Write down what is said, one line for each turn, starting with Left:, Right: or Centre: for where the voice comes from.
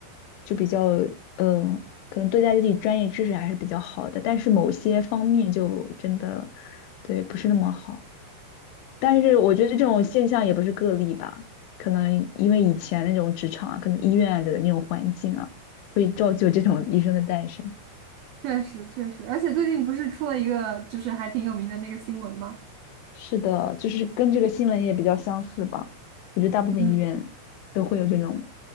Left: 就比较嗯，可能对待自己专业知识还是比较好的，但是某些方面就真的对不是那么好。但是我觉得这种现象也不是个例吧，可能因为以前那种职场啊，可能医院的那种环境啊，会造就这种医生的诞生。
Right: 确实确实，而且最近不是出了一个就是还挺有名的那个新闻吗？
Left: 是的，就是跟这个新闻也比较相似吧。我觉得大部分医院都会有这种
Right: 嗯，